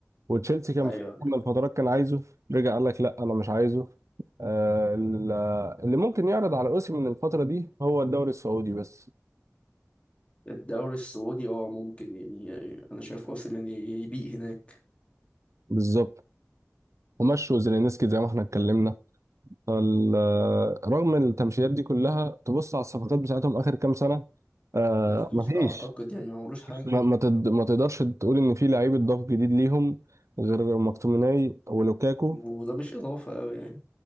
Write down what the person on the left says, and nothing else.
ايوه
الدوري السعودي اه ممكن يعني انا شايف اوسيمين يبيق هناك
مم.
مفيش
اعتقد يعني ما عملوش حاجه
وده مش اضافه قوي يعني